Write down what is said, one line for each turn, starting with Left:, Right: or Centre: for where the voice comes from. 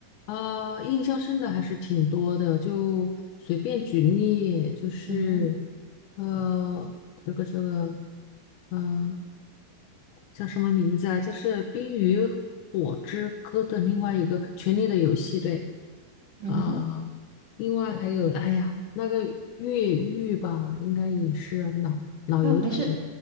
Left: 啊，印象深的还是挺多的，就随便举例，就是
Right: 嗯哼，
Left: 呃，这个这个，呃，叫什么名字啊？就是《冰与火之歌》的另外一个《权力的游戏》，对
Right: 嗯哼，
Left: 啊，另外还有，哎呀，那个越狱吧，应该也是老老油条了，
Right: 那、没事。